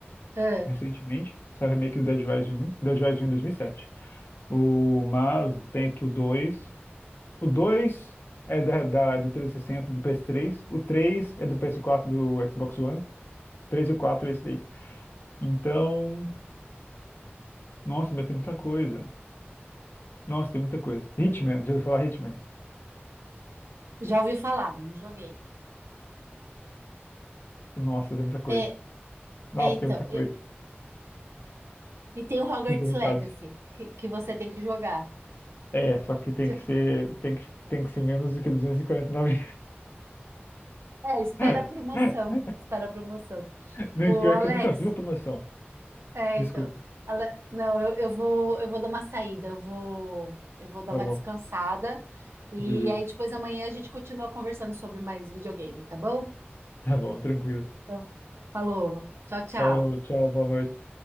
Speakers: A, on the right; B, on the left.
A: É,
B: recentemente, saiu o remake do Dead Rising 1, Dead Rising 1 é dois mil e sete O, mas tem aqui o dois O dois é da, da- é do 360 do PS3. O 3 é do PS4 do Xbox One. O 3 e o 4 é esse daí. Então, nossa, mas tem muita coisa. Nossa, tem muita coisa. Hitman, já ouviu falar Hitman?
A: já ouvi falar, mas não joguei.
B: Nossa, tem muita coisa.
A: É,
B: Nossa,
A: é então,
B: tem muita coisa.
A: e,
B: Tem
A: e tem o Hogwarts
B: muita vontade.
A: Legacy, que, que você tem que jogar.
B: É, só que tem
A: <laughs>
B: que ser, tem que, tem que ser menos do que 249.
A: É, espera
B: <laughs>
A: a promoção, espera a promoção.
B: Não,
A: Ô,
B: e pior
A: Alex,
B: que eu nunca vi a promoção.
A: É,
B: Desculpa.
A: então. Ale- Não, eu, eu vou, eu vou dar uma saída, eu vou, eu vou dar
B: Tá
A: uma
B: bom.
A: descansada. E
B: Meu Deus.
A: aí depois amanhã a gente continua conversando sobre mais videogame, tá bom?
B: Tá bom, tranquilo.
A: Então, Falou. Tchau, tchau.
B: Falou, tchau, boa noite.